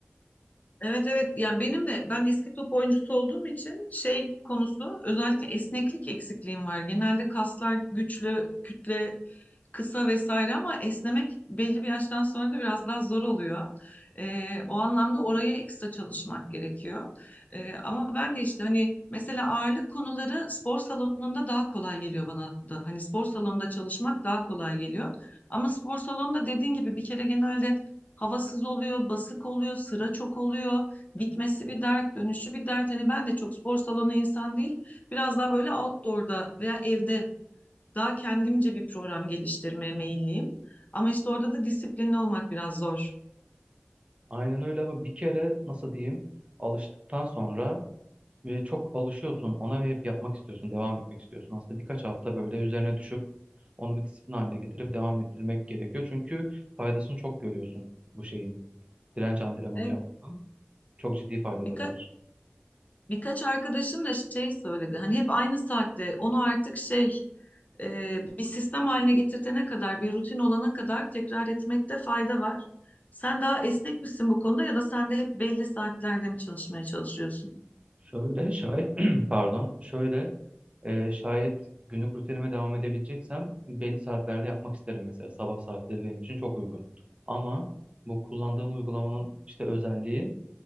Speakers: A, on the left; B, on the right.
A: Evet evet yani benim de ben eski top oyuncusu olduğum için şey konusu özellikle esneklik eksikliğim var. Genelde kaslar güçlü, kütle kısa vesaire ama esnemek belli bir yaştan sonra da biraz daha zor oluyor. Ee, o anlamda oraya ekstra çalışmak gerekiyor. Ee, ama ben de işte hani mesela ağırlık konuları spor salonunda daha kolay geliyor bana da. Hani spor salonunda çalışmak daha kolay geliyor. Ama spor salonunda dediğin gibi bir kere genelde havasız oluyor, basık oluyor, sıra çok oluyor. Gitmesi bir dert, dönüşü bir dert. Hani ben de çok spor salonu insan değil. Biraz daha böyle outdoor'da veya evde daha kendimce bir program geliştirmeye meyilliyim. Ama işte orada da disiplinli olmak biraz zor.
B: Aynen öyle ama bir kere nasıl diyeyim alıştıktan sonra e, çok alışıyorsun ona ve hep yapmak istiyorsun, devam etmek istiyorsun. Aslında birkaç hafta böyle üzerine düşüp onu bir disiplin haline getirip devam ettirmek gerekiyor. Çünkü faydasını çok görüyorsun bu şeyin. Direnç antrenmanı
A: Evet,
B: yapmanın çok ciddi faydaları
A: birkaç
B: var.
A: Birkaç arkadaşım da şey söyledi. Hani hep aynı saatte onu artık şey e, bir sistem haline getirtene kadar, bir rutin olana kadar tekrar etmekte fayda var. Sen daha esnek misin bu konuda ya da sen de hep belli saatlerde mi çalışmaya çalışıyorsun?
B: Şöyle şayet <clears throat> pardon şöyle Ee, şayet günlük rutinime devam edebileceksem belli saatlerde yapmak isterim mesela. Sabah saatleri benim için çok uygun. Ama bu kullandığım uygulamanın işte özelliği